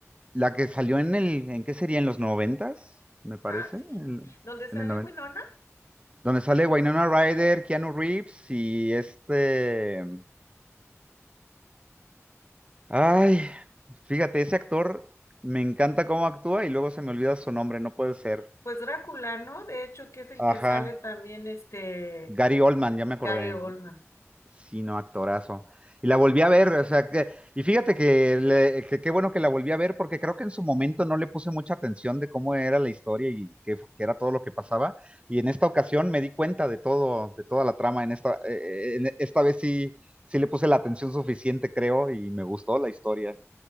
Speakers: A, on the right; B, on the left.
A: la que salió en el, ¿en qué sería? ¿En los noventas? Me parece,
B: ah, sí.
A: en,
B: Donde sale
A: en el noventa.
B: Winona,
A: Donde sale Winona Ryder, Keanu Reeves y este... Ay, fíjate, ese actor me encanta cómo actúa y luego se me olvida su nombre, no puede ser.
B: pues Drácula, ¿no? De hecho, que es el
A: Ajá,
B: que sale también este
A: Gary Oldman, ya me
B: Gary
A: acordé.
B: Oldman.
A: Sí, no, actorazo. Y la volví a ver, o sea, que, y fíjate que le- que qué bueno que la volví a ver porque creo que en su momento no le puse mucha atención de cómo era la historia y qué, fu- qué era todo lo que pasaba. Y en esta ocasión me di cuenta de todo, de toda la trama. En esta, eh, en esta vez sí, sí le puse la atención suficiente, creo, y me gustó la historia.